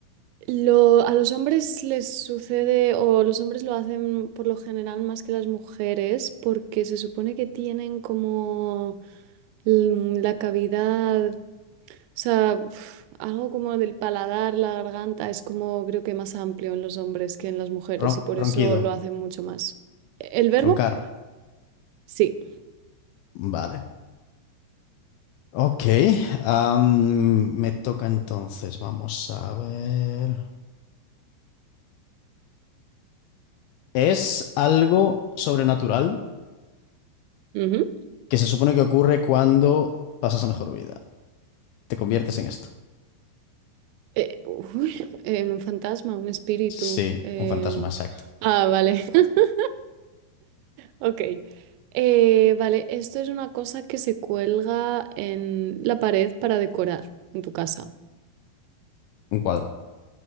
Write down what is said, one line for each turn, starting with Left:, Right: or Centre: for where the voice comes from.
Right: lo- a los hombres les sucede, o los hombres lo hacen por lo general más que las mujeres, porque se supone que tienen como mm, la cavidad, o sea, uf, algo como del paladar, la garganta, es como creo que más amplio en los hombres que en las mujeres,
Left: Ron-
Right: y por
Left: ronquido.
Right: eso lo hacen mucho más. ¿El verbo?
Left: Roncar.
Right: Sí.
Left: Vale. Ok, am, me toca entonces, vamos a ver. Es algo sobrenatural
Right: Ujú.
Left: que se supone que ocurre cuando pasas a mejor vida. Te conviertes en esto.
Right: Eh, uy, eh, un fantasma, un espíritu.
Left: Sí,
Right: eh,
Left: un fantasma, exacto.
Right: Ah, vale. <laughs> Ok. Eh, vale, esto es una cosa que se cuelga en la pared para decorar en tu casa.
Left: Un cuadro.